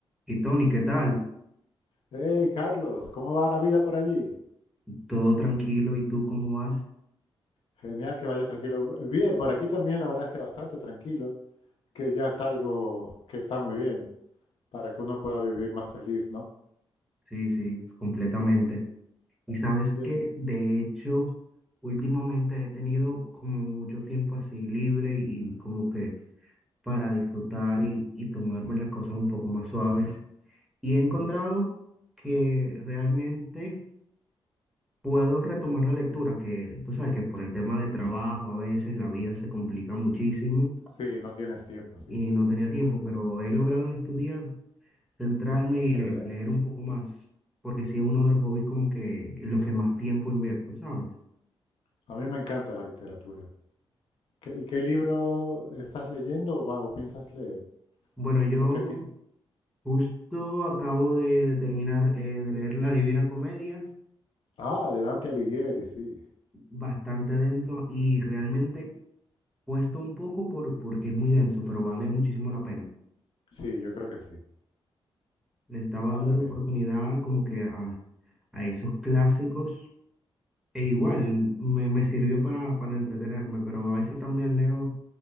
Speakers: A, in the centre; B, on the left.
A: Y Tony, ¿qué tal?
B: Hey, Carlos, ¿cómo va la vida por allí?
A: ¿Todo tranquilo? ¿Y tú cómo vas?
B: Genial que vaya tranquilo. Bien, por aquí también la verdad es que bastante tranquilo, que ya es algo que está muy bien para que uno pueda vivir más feliz, ¿no?
A: Sí, sí, completamente. Y sabes
B: Y
A: que,
B: es-
A: de hecho, últimamente he tenido como mucho tiempo así libre y, y como que para disfrutar y, y tomarme las cosas un poco más suaves. Y he encontrado que realmente puedo retomar la lectura, que tú sabes que por el tema de trabajo a veces la vida se complica muchísimo
B: sí, no tienes tiempo, sí.
A: y no tenía tiempo, pero he logrado en estos días centrarme y le- leer un poco más, porque sí es uno de los hobbies como que en los que más tiempo invierto, ¿sabes?
B: A mí me encanta la literatura. ¿Qué- ¿Y qué libro estás leyendo o, va- o piensas leer?
A: Bueno, yo
B: ¿O qué tipo?
A: justo acabo de, de terminar eh, de leer La Divina Comedia,
B: Ah, de Dante Alighieri, sí.
A: bastante denso y realmente cuesta un poco por, porque es muy denso, pero vale muchísimo la pena.
B: Sí, yo creo que sí.
A: Le estaba
B: Madre
A: dando la
B: mía,
A: oportunidad como que a, a esos clásicos e igual me, me sirvió para, para entretenerme, pero a veces también leo